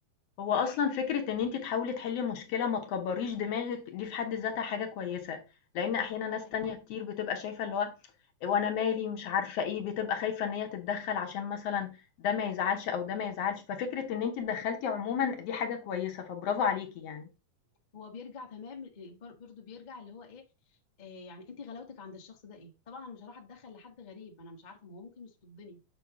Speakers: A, on the left (about 65°); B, on the left (about 45°).
A: هو أصلًا فكرة إن أنتِ تحاولي تحلّي مشكلة ما تكبّريش دماغِك دي في حد ذاتها حاجة كويسة، لإن أحيانًا ناس
B: أيوة.
A: تانية كتير بتبقى شايفة اللي هو وأنا مالي مش عارفة إيه، بتبقى خايفة إن هي تتدخّل عشان مثلًا ده ما يزعلش أو ده ما يزعلش، ففكرة إن أنتِ اتدخّلتِ عمومًا دي حاجة كويسة، فبرافو عليكِ يعني،
B: هو بيرجع تمام إيه، بر- برضه بيرجع اللي هو إيه إيه يعني أنت غلاوتك عند الشخص ده إيه طبعا أنا مش هروح أتدخل لحد غريب أنا مش عارفة ما هو ممكن يصدني